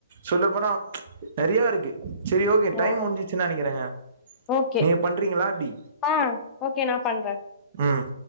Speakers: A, on the right (about 40°); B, on the left (about 20°).
A: சொல்ல போனா நெறையா இருக்கு செரி ஓகே டைம்
B: ஓ
A: முடிஞ்சிச்சுன்னு நெனைக்கிறேங்க
B: ஓகே
A: நீங்க பண்றீங்களா எப்டி
B: ஆ ஓகே நா பண்ற
A: ம்